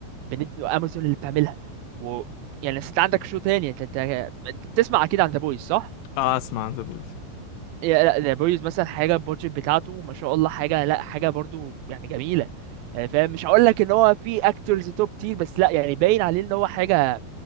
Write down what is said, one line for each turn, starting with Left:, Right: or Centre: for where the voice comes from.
Right: بنت امازون اللي بتعملها و يعني أصل انت عندك شو تاني انت انت تسمع اكيد عن ذا بويز صح
Left: اه اسمع عن ذا بويز
Right: يا لا ذا بويز مثلا حاجه البودجت بتاعته ما شاء الله حاجه لا حاجه برضو يعني جميله يعني فاهم مش هقول لك ان هو في اكتورز توب تير بس لا يعني باين عليه ان هو حاجه